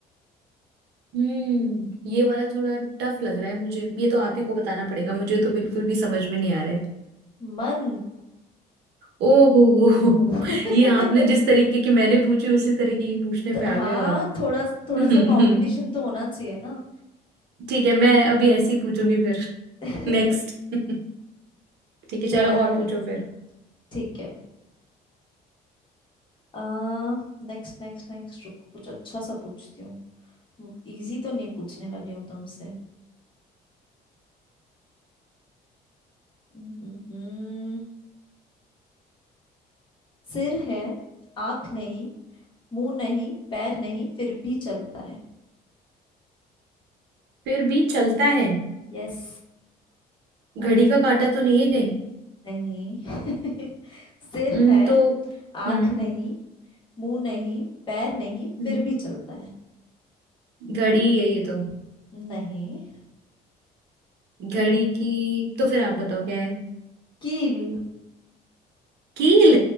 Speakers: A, on the right; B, on the left.
A: हम्म ये वाला थोड़ा टफ लग रहा है मुझे ये तो आप ही को बताना पड़ेगा मुझे तो बिल्कुल भी समझ में नहीं आ रहा है
B: मन
A: ओ हो हो हो, हो।
B: <laughs>
A: <laughs> ये आपने जिस तरीके की मैंने पूछी उसी तरीके की पूछने
B: तो
A: पे
B: हाँ
A: आ गए हो आप
B: थोड़ा थोड़ा
A: <laughs>
B: सा कंपटीशन तो होना चाहिए ना
A: ठीक है मैं अभी ऐसे ही पूछूंगी फिर
B: <laughs>
A: नेक्स्ट <laughs> ठीक है चलो
B: डन
A: और पूछो फिर
B: ठीक है आ नेक्स्ट नेक्स्ट नेक्स्ट रुको कुछ अच्छा सा पूछती हूँ इजी तो नहीं पूछने वाली हूँ तुमसे हम्म हम्म, सिर है आंख नहीं मुंह नहीं पैर नहीं फिर भी चलता है
A: फिर भी चलता है
B: यस
A: घड़ी का कांटा तो नहीं है कहीं
B: नहीं <laughs> सिर
A: हम्म,
B: है
A: तो
B: आंख
A: हम्म
B: नहीं मुंह नहीं पैर नहीं
A: हम्म,
B: फिर भी चलता है
A: घड़ी है ये तो
B: नहीं
A: घड़ी की तो फिर आप बताओ क्या है
B: कील
A: कील